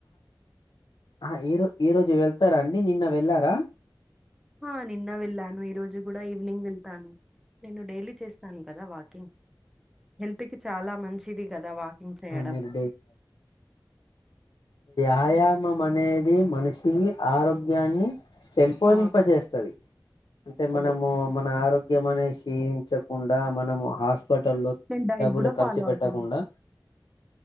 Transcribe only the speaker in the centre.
ఆ నిన్న వెళ్ళాను ఈ రోజు కూడా ఈవినింగ్ వెళ్తాను నేను డైలీ చేస్తాను కదా వాకింగ్ హెల్త్ కి చాలా మంచిది కదా! వాకింగ్ చేయడం.
హ్మ్.
ఆ!
అదే.
నేను డైట్
గూడా
ఫాలో
అవుతాను.